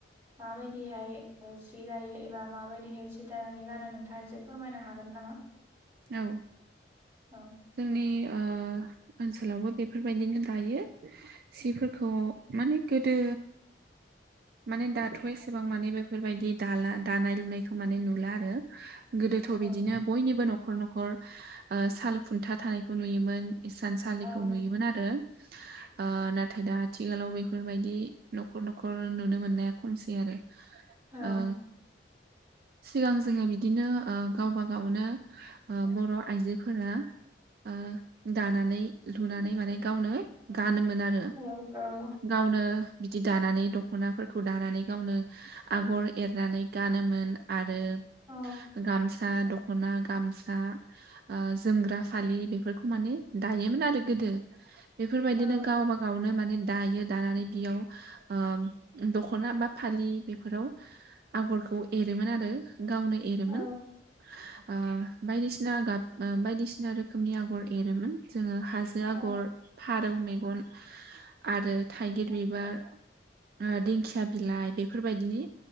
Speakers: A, on the right; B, on the right.
A: माबायदिहाय ओ सि दायो एबा माबायदिहाय सि दानानै गानो नोंथाङा एसे फोरमायनो हागोन नामा?
B: औ
A: औ
B: जोंनि ओ ओनसोलावबो बेफोरबायदिनो दायो सिफोरखौ माने गोदो माने
A: औ
B: दाथ' एसेबां माने बेफोर बादि दाला दानाय लुनाय माने नुला आरो गोदोथ'
A: औ
B: बिदिनो बयनिबो न'खर न'खर ओ साल खुन्था थानायखौ नुयोमोन। इसान सालिखौ
A: औ
B: नुयोमोन आरो। <unintelligible> ओ नाथाय दा आथिखालाव बेफोरबायदि न'खर न'खर नुनो मोननाया खमसै आरो।
A: औ।
B: ओ सिगां जोङो बिदिनो ओ गावबा गावनो ओ बर' आइजोफोरा ओ दानानै लुनानै माने गावनो गानोमोन। आरो
A: औ औ
B: गावनो बिदि दानानै दखनाफोरखौ दानानै गावनो आगर एरनानै गानोमोन आरो
A: औ
B: रो गामसा दख'ना गामसा ओ जोमग्रा फालि बेफोरखौ माने दायोमोन आरो गोदो। बेफोरबायदिनो
A: औ
B: गावबा गावनो माने दायो दानानै बियाव ओम दखना बा फालि बेफोराव आगर खौ एरोमोन आरो गावनो एरोमोन।
A: औ
B: ओ बायदिसिना गाब ओ बायदिसिना रोखोमनि आगर एरोमोन जोङो हाजो
A: औ
B: आगर फारौ मेगन आरो थाइगिर बिबार। ओ दिंखिया बिलाइ बेफोरबायदिनि